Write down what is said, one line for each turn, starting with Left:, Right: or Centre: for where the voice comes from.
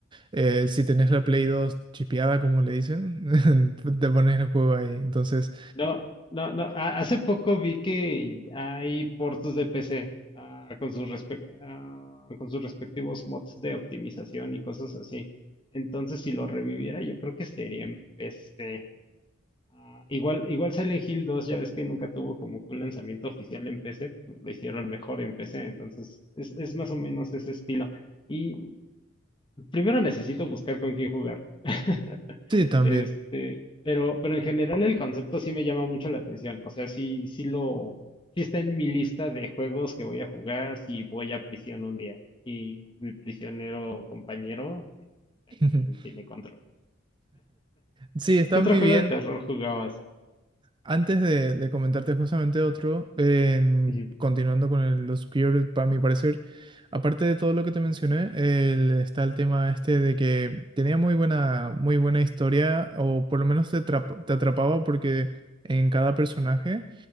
Right: eh, si tenés la Play dos chipeada, como le dicen, <laughs> te pones el juego ahí. Entonces,
Left: No, no, no. ha- Hace poco vi que hay ports de PC ah, con sus respe- ah, con sus respectivos mods de optimización y cosas así. Entonces, si lo reviviera, yo creo que sería en PC. Ah, igual, igual Silent Hill dos ya ves que nunca tuvo como que un lanzamiento oficial en PC, pues lo hicieron mejor en PC. Entonces, es, es más o menos ese estilo. Y primero necesito buscar con quién jugarlo. <laughs>
Right: sí, también.
Left: Este, pero, pero en general el concepto sí me llama mucho la atención. O sea, sí, sí lo, sí está en mi lista de juegos que voy a jugar si voy a prisión un día. Y mi prisionero compañero eh, también
Right: <laughs>
Left: tiene control.
Right: Sí, está
Left: ¿Qué otro
Right: muy
Left: juego
Right: bien.
Left: de terror jugabas?
Right: Antes de, de comentarte justamente otro, en-
Left: Ujú.
Right: continuando con el- los queer, para mi parecer, aparte de todo lo que te mencioné, el- está el tema este de que tenía muy buena, muy buena historia, o por lo menos te, atrap- te atrapaba porque en cada personaje,